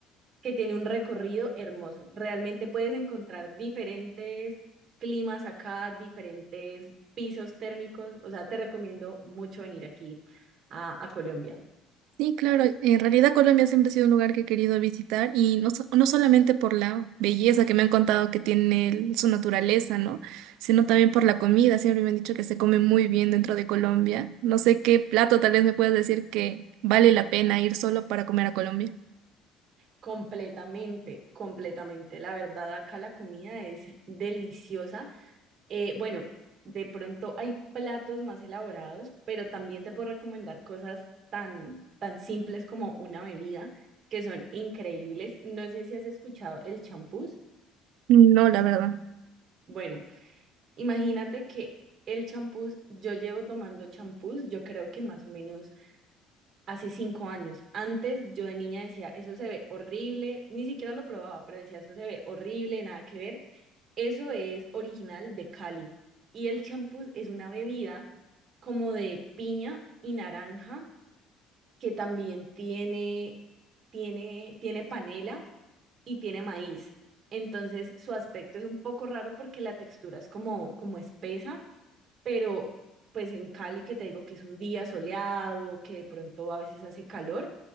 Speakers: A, on the right (about 35°); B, on the right (about 75°).
A: que tiene un recorrido hermoso. Realmente puedes encontrar diferentes climas acá, diferentes pisos térmicos, o sea, te recomiendo mucho venir aquí a, a Colombia.
B: Sí, claro. En realidad Colombia siempre ha sido un lugar que he querido visitar y no, so- no solamente por la belleza que me han contado que tiene el- su naturaleza, ¿no? Sino también por la comida. Siempre me han dicho que se come muy bien dentro de Colombia. No sé qué plato tal vez me puedas decir que vale la pena ir solo para comer a Colombia.
A: Completamente, completamente. La verdad, acá la comida es deliciosa. Eh, bueno, de pronto hay platos más elaborados, pero también te puedo recomendar cosas tan, tan simples como una bebida, que son increíbles. No sé si has escuchado el champús.
B: No, la verdad.
A: Bueno, imagínate que el champús, yo llevo tomando champús, yo creo que más o menos hace cinco años. Antes yo de niña decía, eso se ve horrible, ni siquiera lo probaba, pero decía, eso se ve horrible, nada que ver. Eso es original de Cali. Y el champús es una bebida como de piña y naranja, que también tiene, tiene, tiene panela y tiene maíz. Entonces su aspecto es un poco raro porque la textura es como, como espesa, pero pues en Cali que te digo que es un día soleado, que de pronto a veces hace calor,